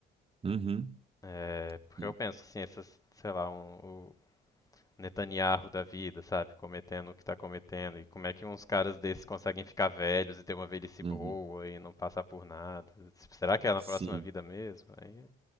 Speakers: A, on the right (about 30°); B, on the left (about 15°).
A: Uhum.
B: É, porque
A: Sim.
B: eu penso, assim, essas, sei lá, um, Netanyahu da vida, sabe? Cometendo o que tá cometendo. E como é que uns caras desses conseguem ficar velhos e ter uma velhice boa
A: Uhum.
B: e não passar por nada? Será que é na
A: Sim.
B: próxima vida mesmo? Aí